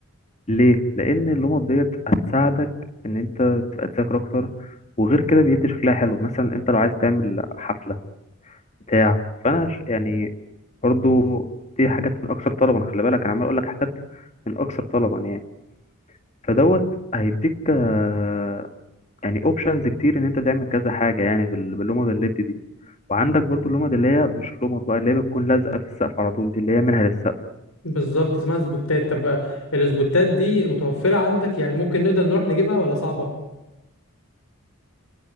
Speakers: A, on the left; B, on the left.
A: ليه لان اللمض ديت هتساعدك ان انت تبقى تذاكر اكتر وغير كده بيدي شكلها حلو مثلا انت لو عايز تعمل حفلة بتاع فانا ش... يعني برضو دي حاجات من اكثر طلبا خلي بالك انا عمال اقول لك حاجات من اكثر طلبا يعني فدوت هيديك آه، يعني اوبشنز كتير ان انت تعمل كذا حاجة يعني بال- باللمض الليد دي وعندك برضو اللمض اللي هي مش لمض بقى اللي هي بتكون لازقه في السقف على طول دي اللي هي منها للسقف
B: بالظبط اسمها سبوتات طب السبوتات دي متوفرة عندك يعني ممكن نقدر نروح نجيبها ولا صعبة